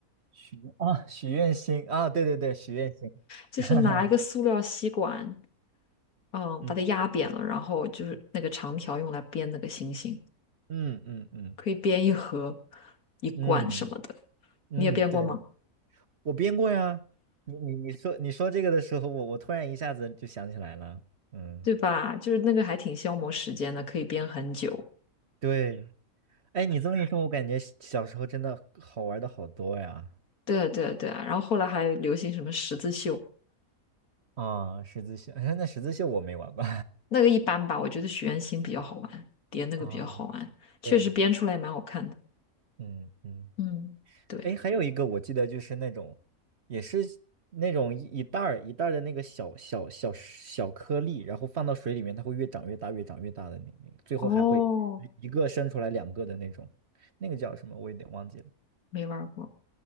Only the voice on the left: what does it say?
就是拿一个塑料吸管，
嗯，
把它压扁了，然后就是那个长条用来编那个星星，
可以编一盒、一罐什么的。
你也编过吗？
对吧？就是那个还挺消磨时间的，可以编很久。
对啊，对啊，对啊。然后后来还有流行什么十字绣，
那个一般吧，我觉得许愿星比较好玩，叠那个比较好玩，
确实编出来也蛮好看的。
嗯，对。
哦，
没玩儿过，